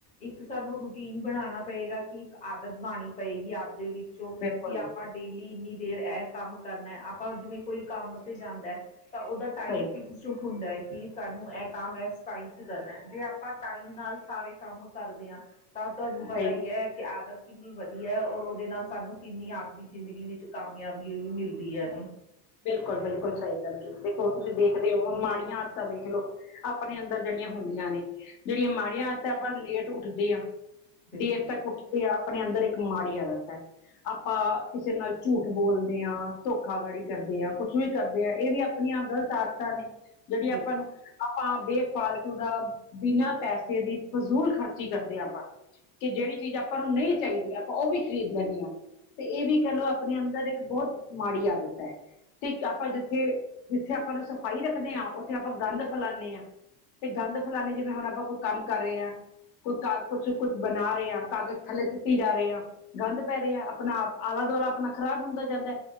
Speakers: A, on the left (about 15°); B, on the left (about 65°).
A: ਇੱਕ ਸਾਨੂੰ ਰੂਟੀਨ ਬਣਾਉਣਾ ਪਏਗਾ, ਕਿ ਇੱਕ ਆਦਤ ਬਣਾਉਣੀ ਪਏਗੀ, ਆਪਦੇ ਵਿੱਚੋਂ
B: ਬਿਲਕੁਲ
A: ਕਿ ਆਪ ਆਪਾਂ ਡੇਲੀ ਇੰਨੀ ਦੇਰ ਇਹ ਕੰਮ ਕਰਨਾ। ਆਪਾਂ ਜਿਵੇਂ ਕੋਈ ਕੰਮ ਤੇ ਜਾਂਦਾ ਤਾਂ ਉਹਦਾ ਟਾਈਮ
B: ਸਹੀ
A: ਫਿਕਸ ਹੁੰਦਾ ਹੈ ਕਿ ਤੁਹਾਨੂੰ ਇਹ ਕੰਮ ਇਸ ਟਾਈਮ ਚ ਕਰਨਾ, ਜੇ ਆਪਾਂ ਟਾਈਮ ਨਾਲ ਸਾਰੇ ਕੰਮ ਕਰਦੇ ਹਾਂ। ਤਾਂ ਤੁਹਾਨੂੰ ਪਤਾ
B: ਸਹੀ
A: ਹੀ ਹੈ, ਕਿ ਆਦਤ ਕਿੰਨੀ ਵਧੀਆ ਹੈ ਔਰ ਉਹਦੇ ਨਾਲ ਸਾਨੂੰ ਕਿੰਨੀ ਆਪਦੀ ਜ਼ਿੰਦਗੀ ਵਿੱਚ ਕਾਮਯਾਬੀ ਵੀ ਮਿਲਦੀ ਹੈ ਨਾ
B: ਬਿਲਕੁੱਲ ਬਿਲਕੁੱਲ ਸਹੀ ਗੱਲ ਜੇ ਦੇਖੋ ਤੁਸੀਂ ਦੇਖਦੇ ਹੋ ਹੁਣ ਮਾੜੀਆਂ ਆਦਤਾਂ ਦੇਖ ਲੋ ਆਪਣੇ ਅੰਦਰ ਜਿਹੜੀਆਂ ਹੁੰਦੀਆਂ ਨੇ ਜਿਹੜੀਆਂ ਮਾੜੀਆਂ ਤਾਂ ਆਪਾਂ ਲੇਟ ਉੱਠਦੇ ਹਾਂ
A: ਬਿਲਕੁਲ
B: ਦੇਰ ਤੱਕ
A: ਬਿਲਕੁਲ
B: ਉੱਠ ਦੇ ਆਪਣੇ ਅੰਦਰ ਇੱਕ ਮਾੜੀ ਆਦਤ ਹੈ। ਆਪਾਂ ਕਿਸੇ ਨਾਲ ਝੂਠ ਬੋਲਦੇ ਹਾਂ। ਧੋਖਾ ਧੜੀ ਕਰਦੇ ਆ, ਕੁੱਛ ਵੀ ਕਰਦੇ ਆ, ਇਹ ਵੀ ਆਪਣੀਆਂ ਗ਼ਲਤ ਆਦਤਾਂ ਨੇ ਜਿਹੜੀ
A: ਬਿਲ
B: ਆਪਾਂ ਨੂੰ ਆਪਾਂ ਬੇ ਫਾਲਤੂ ਦਾ ਬਿਨਾਂ ਪੈਸੇ ਦੀ ਫਜ਼ੂਲ ਖਰਚੀ ਕਰਦੇ ਹਾਂ ਆਪਾਂ ਕਿ ਜਿਹੜੀ ਚੀਜ਼ ਆਪਾਂ ਨੂੰ ਨਹੀਂ ਚਾਹੀਦੀ ਆਪਾਂ ਉਹ ਵੀ ਖਰੀਦ ਲੈਂਦੇ ਹਾਂ ਤੇ ਇਹ ਵੀ ਕਹਿ ਲੋ ਆਪਣੇ ਅੰਦਰ ਇੱਕ ਬਹੁਤ ਮਾੜੀ ਆਦਤ ਹੈ। ਤੇ ਆਪਾਂ ਜਿੱਥੇ ਜਿੱਥੇ, ਆਪਾਂ ਨੂੰ ਸਫਾਈ ਰੱਖਦੇ ਹਾਂ ਉੱਥੇ ਆਪਾਂ ਗੰਦ ਫੈਲਾਉਂਦੇ ਹਾਂ। ਤੇ ਗੰਦ ਫੈਲਾਣੇ ਜਿਵੇਂ ਹੁਣ ਆਪਾਂ ਕੋਈ ਕੰਮ ਕਰ ਰਹੇ ਹਾਂ, ਕੋਈ ਕੁਛ ਕੁਛ ਬਣਾ ਰਹੇ ਕਾਗਜ਼ ਥੱਲੇ ਸੁੱਟੀ ਜਾ ਰਹੇ ਹਾਂ। ਗੰਦ ਪੈ ਰਿਹਾ, ਆ ਆਪਣਾ ਆਪ ਆਲਾ ਦੁਆਲਾ ਆਪਣਾ ਖ਼ਰਾਬ ਹੁੰਦਾ ਜਾਂਦਾ।